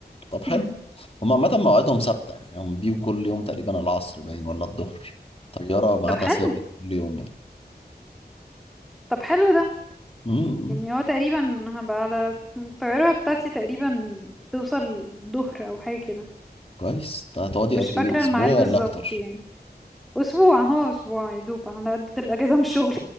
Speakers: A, on the left; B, in the centre.
A: طب حلو
B: <laughs>
A: هم عامه مواعيدهم ثابته يعني هم بيجوا كل يوم تقريبا العصر باين ولا الظهر طياره ميعادها
B: طب حلو
A: ثابت كل يوم يعني
B: طب حلو ده
A: مم.
B: يعني هو تقريبا هبقى على الطيارة بتاعتي تقريبا توصل ظهر أو حاجة كده
A: كويس ده هتقعدي
B: مش
A: قد
B: فاكرة
A: ايه اسبوع
B: الميعاد بالظبط
A: ولا اكتر
B: يعني أسبوع هو أسبوع يا دوب على قد الأجازة من الشغل